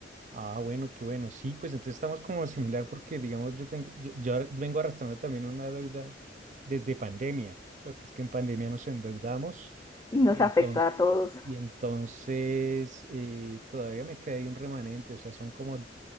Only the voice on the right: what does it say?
Ah, bueno, qué bueno. Sí, pues entonces estamos como <laughs> similar porque, digamos, yo, tengo, yo, yo ahora vengo arrastrando también una deuda desde pandemia, porque es que en pandemia nos endeudamos
y entonces,
y entonces eh, todavía me quedé ahí un remanente, o sea, son como,